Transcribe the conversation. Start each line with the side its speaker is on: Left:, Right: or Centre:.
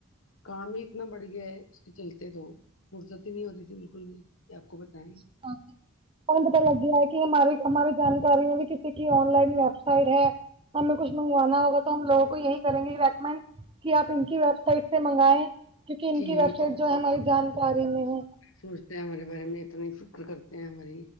Left: کام ہی اتنا بڑھ گیا ہے اس کے چلتے تو فرصتی ہی نہیں ہو رہی تھی بالکل بھی یہ آپ کو بتائیں
Right: <inaudible> ہمیں پتا لگ گیا ہے کہ ہماری ہماری جانکاریوں بھی کسی کی آن لائن ویب سائٹ ہے ہمیں کچھ منگوانا ہوگا تو ہم لووں کو یہی کریں گے کہ ریکمینڈ کہ آپ ان کی ویب سائٹ سے منگائ کیوںکہ ان
Left: جی
Right: کی ویب سائٹ
Left: بہت
Right: جو ہے
Left: بہت
Right: ہماری
Left: شکریہ
Right: جانکاری میں ہے
Left: سوچتے ہیں ہمارے بارے میں اتنی فکر کرتے ہیں ہماری